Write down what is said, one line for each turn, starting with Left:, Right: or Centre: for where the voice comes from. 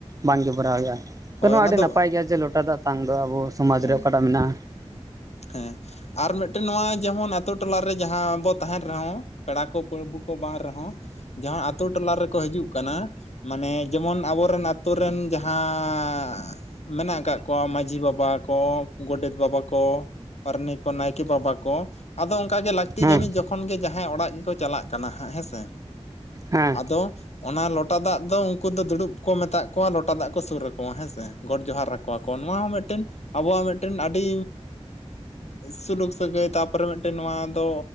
Right: ᱵᱟᱝᱜᱮ ᱵᱷᱚᱨᱟᱣ ᱦᱩᱭᱩᱜᱼᱟ᱾ ᱛᱚ
Left: ᱦᱳᱭ
Right: ᱱᱚᱣᱟ
Left: ᱚᱱᱟ
Right: ᱟᱹᱰᱤ
Left: ᱫᱚ
Right: ᱱᱟᱯᱟᱭ ᱜᱮᱭᱟ ᱡᱮ ᱞᱚᱴᱟ ᱫᱟᱜ ᱛᱟᱝ ᱫᱚ ᱟᱵᱚ ᱥᱚᱢᱟᱡᱽ
Left: ᱦᱮᱸ
Right: ᱨᱮ ᱚᱠᱟᱴᱟᱜ ᱢᱮᱱᱟᱜᱼᱟ ᱾
Left: ᱦᱮᱸ ᱟᱨ ᱢᱤᱫᱴᱮᱱ ᱱᱚᱣᱟ ᱡᱮᱢᱚᱱ ᱟᱛᱳ ᱴᱚᱞᱞᱟ ᱨᱮ ᱡᱟᱦᱟᱸ ᱵᱚᱱ ᱛᱟᱦᱮᱱ ᱨᱮᱦᱚᱸ ᱯᱮᱲᱟ ᱠᱚ ᱯᱟᱹᱨᱟᱹᱵᱩ ᱠᱚ ᱵᱟᱝ ᱨᱮᱦᱚᱸ ᱡᱟᱦᱟᱸ ᱟᱛᱳ ᱴᱚᱞᱟ ᱨᱮᱠᱚ ᱦᱤᱡᱩᱜ ᱠᱟᱱᱟ ᱢᱟᱱᱮ ᱡᱮᱢᱚᱱ ᱟᱵᱚᱨᱮᱱ ᱟᱛᱳ ᱨᱮᱱ ᱡᱟᱦᱟᱸᱻ, ᱢᱮᱱᱟᱜ ᱟᱠᱟᱫ ᱠᱚᱣᱟ ᱢᱟᱹᱡᱷᱤ ᱵᱟᱵᱟ ᱠᱚ ᱜᱚᱰᱮᱛ ᱵᱟᱵᱟ ᱠᱚᱻ ᱾ ᱯᱟᱨᱱᱤ ᱠᱚ ᱱᱟᱭᱠᱮ ᱵᱟᱵᱟ ᱠᱚ ᱟᱫᱚ ᱚᱱᱠᱟ ᱜᱮ ᱞᱟᱹᱠᱛᱤ
Right: ᱦᱮᱸ
Left: ᱡᱟᱹᱱᱤᱡ ᱡᱚ ᱠᱷᱚᱱ ᱜᱮ ᱡᱟᱦᱟᱸᱭ ᱚᱲᱟᱜ ᱜᱮᱠᱚ ᱪᱟᱞᱟᱜ ᱠᱟᱱᱟ ᱦᱟᱸᱜ ᱦᱮᱸᱥᱮ
Right: ᱦᱮᱸ
Left: ᱟᱫᱚ ᱚᱱᱟ ᱞᱚᱴᱟ ᱫᱟᱜ ᱫᱚ ᱩᱱᱠᱩ ᱫᱚ ᱫᱩᱲᱩᱵ ᱠᱚ ᱢᱮᱛᱟᱜ ᱠᱚᱣᱟ ᱞᱚᱴᱟ ᱫᱟᱜ ᱠᱚ ᱥᱩᱨ ᱟᱠᱚᱣᱟ ᱦᱮᱸᱥᱮ ᱜᱚᱰ ᱡᱚᱦᱟᱨ ᱨᱟ ᱠᱚᱣᱟ ᱠᱚ ᱱᱚᱣᱟ ᱦᱚᱸ ᱢᱤᱫᱴᱮᱱ ᱟᱵᱚᱣᱟᱜ ᱢᱤᱫᱴᱮᱱ ᱟᱹᱰᱤᱻ, ᱥᱩᱞᱩᱠ ᱥᱟᱹᱜᱟᱹᱭ ᱛᱟᱯᱚᱨᱮ ᱢᱤᱫᱴᱮᱱ ᱱᱚᱣᱟ ᱫᱚ